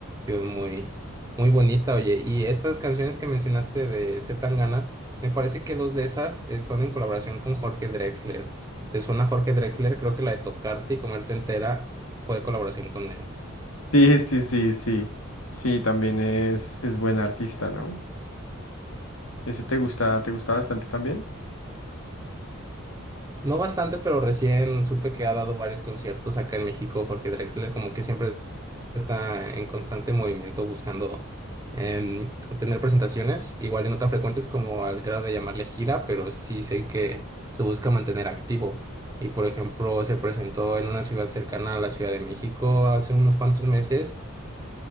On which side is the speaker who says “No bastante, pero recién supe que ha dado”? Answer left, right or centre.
Right